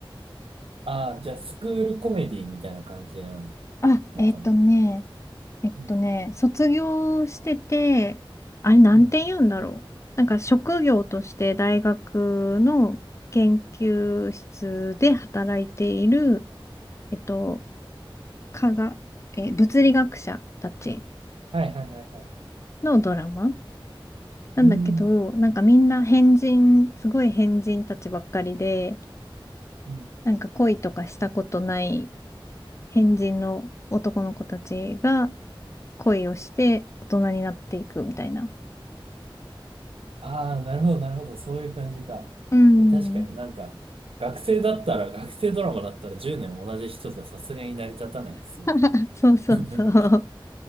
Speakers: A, on the right; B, on the left.
A: ああー、じゃあ、スクールコメディみたいな感じな
B: あ、
A: のかな
B: えっとね、えっとね、
A: うん、
B: 卒業してて、あれなんて言うんだろう。
A: うん。
B: なんか職業として大学の研究室で働いている、えっと、科学、えー、物理学者たち
A: はいはいはいはい。
B: のドラマなんだけど、
A: うん、
B: なんかみんな変人、すごい変人たちばっかりで、
A: うん。
B: なんか恋とかしたことない変人の男の子たちが恋をして大人になっていくみたいな。
A: ああ、なるほどなるほど。そういう感じか。
B: うん。
A: いや、確かになんか、学生だったら、学生ドラマだったら10年同じ人じゃさすがに成り立たないですもん。
B: <laughs> そうそうそう。
A: <laughs>